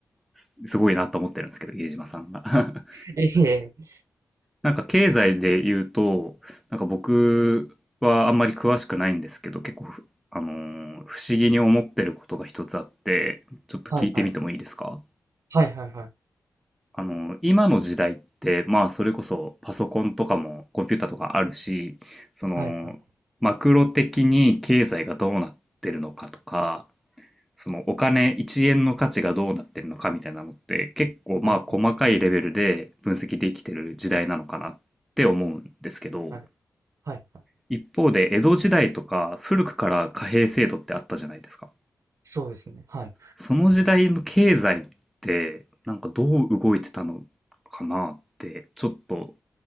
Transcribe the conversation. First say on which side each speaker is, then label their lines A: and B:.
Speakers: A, in the centre; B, on the right.
A: す、すごいなと思ってるんですけど、家島さんが。<laughs>
B: <laughs> ええ。
A: なんか経済で言うと、なんか僕はあんまり詳しくないんですけど、結構ふ、あのー不思議に思ってることが一つあって、ちょっと聞いてみてもいいですか
B: はい、はい。はい、はい、はい。
A: あの、今の時代って、まあ、それこそパソコンとかもコンピューターとかあるし、その、
B: はい、はい、
A: マクロ的に経済がどうなってるのかとか、そのお金1円の価値がどうなってるのかみたいなのって結構まあ細かいレベルで分析できてる時代なのかなって思うんですけど、
B: はい、はい。はい、はい。はい
A: 一方で江戸時代とか古くから貨幣制度ってあったじゃないですか。
B: そうですね。はい。
A: その時代の経済ってなんかどう動いてたのかなってちょっと